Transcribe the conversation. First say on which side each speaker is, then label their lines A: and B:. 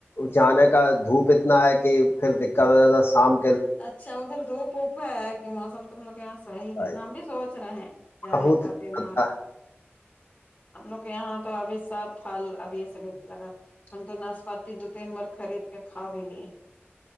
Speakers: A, on the left; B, on the left.
A: جانے کا دھوپ اتنا ہے کہ پھر دقت ہو جدہ سام
B: اچھا ادھر دھوپ اوپ ہے کہ موسم تم لوگ یہاں صحیح
A: گے
B: ہے ہم بھی سوچ رہے ہیں جائے
A: بہت
B: کبل
A: زیادہ
B: مارک ہم لوگ کے یہاں تو ابھی سب پھل ابھی یہ سب ملنے لگا ہم تو ناسپاتی دو تین بار خرید کے کھا بھی لیے